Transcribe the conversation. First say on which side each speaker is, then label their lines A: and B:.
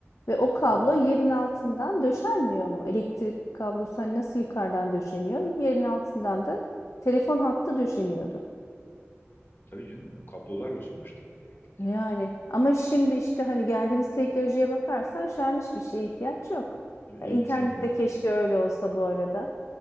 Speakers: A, on the left; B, on the left.
A: Ve o
B: Hı
A: kablo
B: hı.
A: yerin altından döşenmiyor mu? Elektrik kablosu hani nasıl yukarıdan döşeniyor? Yerin altından da telefon hattı döşeniyordu.
B: tabii canım o kablolarla sonuçta yani
A: Yani
B: eve bağlı.
A: ama şimdi işte hani geldiğimiz teknolojiye bakarsan şu an hiçbir şeye ihtiyaç yok. Ya, İnternette
B: 50 sene
A: keşke öyle olsa bu arada.